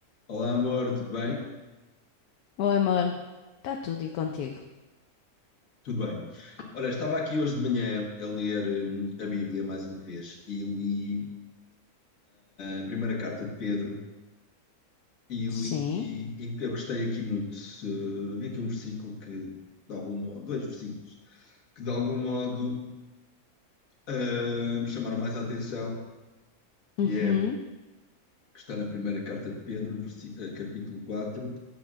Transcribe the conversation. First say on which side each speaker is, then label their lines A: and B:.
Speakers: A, on the left; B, on the left.
A: Olá, amor, tudo bem?
B: Oi, amor. Está tudo e contigo?
A: Tudo bem. Ora, estava aqui hoje de manhã a ler hum, a Bíblia mais uma vez e li a primeira carta de Pedro e li
B: Sim.
A: e eu gostei aqui muito. Eh, vi aqui um versículo que, de algum modo, dois versículos, que de algum modo eh, me chamaram mais a atenção, que
B: Uhum.
A: é o que está na primeira carta de Pedro, versi- eh, capítulo 4